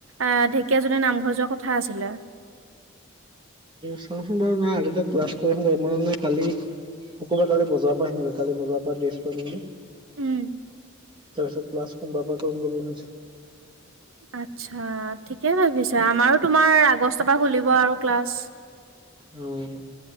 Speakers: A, on the right; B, on the right.
A: অ ঢেকীয়াজুলীৰ নামঘৰ যোৱা কথা আছিলে।
B: চাওঁচোন বাৰু নাই আগতে ক্লাছ কৰিব কালি সকলো কালি বজাৰ পৰা আহিমগৈ কালি বজাৰ পৰা ডেছ আ আহমগৈ
A: উম
B: তাৰ পিছত ক্লাছ সোমবাৰৰ পৰা কৰিম বুলি ভাবিছোঁ।
A: আচ্ছা ঠিকে ভাবিছা আমাৰো তোমাৰ আগষ্টৰ পৰা খুলিব আৰু ক্লাছ
B: উম